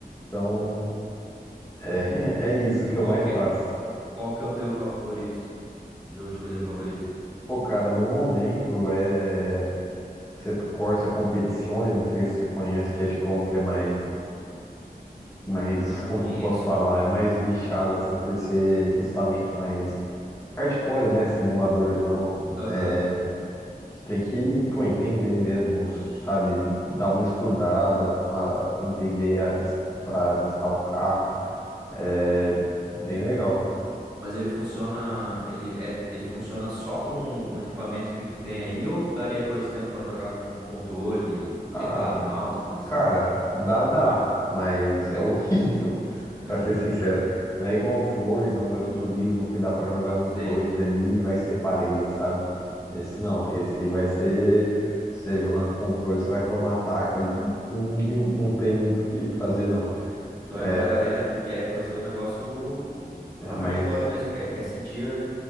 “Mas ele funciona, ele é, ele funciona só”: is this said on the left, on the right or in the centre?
Right